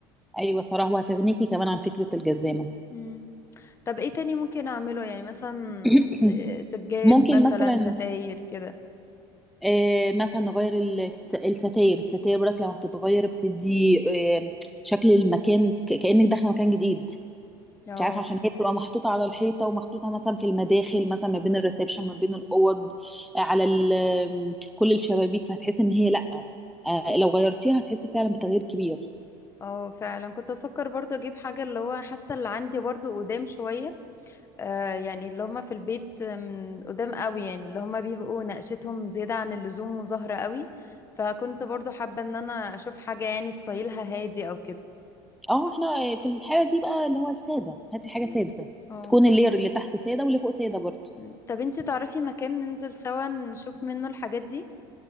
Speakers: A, in the centre; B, on the left (about 25°).
A: ايوه صراحه وهتغنيكي كمان عن فكره الجزامه
B: مم. طب ايه تاني ممكن اعمله يعني مثلا
A: <clears throat>
B: آه، سجاد
A: ممكن
B: مثلا
A: مثلا
B: ستاير كده
A: آه، مثلا نغير الس- الستاير الستاير برك لما بتتغير بتدي آه، شكل المكان ك- كأنك داخله مكان جديد
B: أو
A: مش عارفه عشان هي بتبقى محطوطه على الحيطه ومحطوطه مثلا في المداخل مثلا ما بين الريسبشن ما بين الاوض آه، على ال- آم، كل الشبابيك فهتحس ان هي لا آه، لو غيرتيها هتحسي فعلا بتغيير كبير
B: اه فعلا كنت بفكر برضو اجيب حاجة اللي هو حاسة اللي عندي برضو قدام شوية آه يعني اللي هما في البيت من قدام قوي يعني اللي هما بيبقوا نقشتهم زيادة عن اللزوم وزهرة قوي فكنت برضو حابة ان انا اشوف حاجة يعني ستايلها هادي او كده
A: اه احنا آه، في الحاله دي بقى اللي هو الساده هاتي حاجه
B: مم.
A: ساده
B: اه
A: تكون اللير اللي تحت ساده واللي فوق ساده برضه
B: مم. طب انتي تعرفي مكان ننزل سوا نشوف منه الحاجات دي